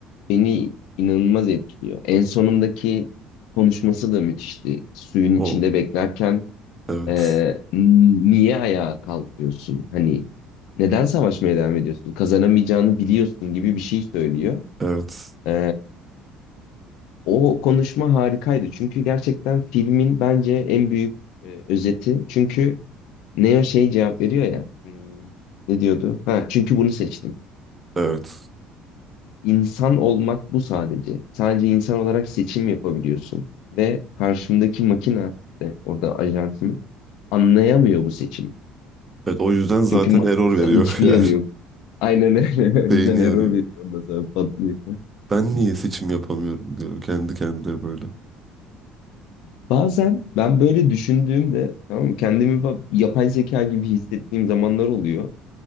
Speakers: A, on the left (about 80°); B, on the right (about 25°).
A: beni inanılmaz etkiliyor. En sonundaki konuşması da müthişti. Suyun
B: O
A: içinde beklerken
B: evet.
A: e, n- niye ayağa kalkıyorsun? Hani neden savaşmaya devam ediyorsun? Kazanamayacağını biliyorsun gibi bir şey söylüyor.
B: Evet.
A: E, o konuşma harikaydı. Çünkü gerçekten filmin bence en büyük e, özeti. Çünkü Neo şey cevap veriyor ya. hmm, Ne diyordu? Ha, çünkü bunu seçtim.
B: Evet.
A: İnsan olmak bu sadece. Sadece insan olarak seçim yapabiliyorsun ve karşımdaki makine de orada ajansım anlayamıyor bu seçimi.
B: Evet o yüzden zaten
A: Çünkü mantıksal
B: error veriyor
A: hiçbir
B: <laughs> yani.
A: yanı yok. Aynen öyle. <laughs> O yüzden
B: Beyni yanıyor.
A: error veriyor ondan sonra patlıyor.
B: Ben niye seçim yapamıyorum diyor kendi kendine böyle.
A: Bazen ben böyle düşündüğümde tamam mı, kendimi ba- yapay zeka gibi hissettiğim zamanlar oluyor.